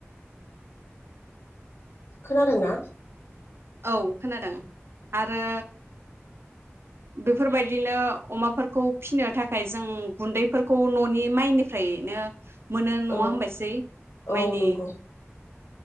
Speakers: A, on the left; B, on the right.
A: खोनादों ना?
B: औ खोनादों। आरो बेफोरबायदिनो अमाफोरखौ फिसिनो थाखाय जों गुन्दैफोरखौ न'नि माइनिफ्रायनो मोनो नङा
A: औ
B: होनबायसै
A: औ
B: माइनि
A: नंगौ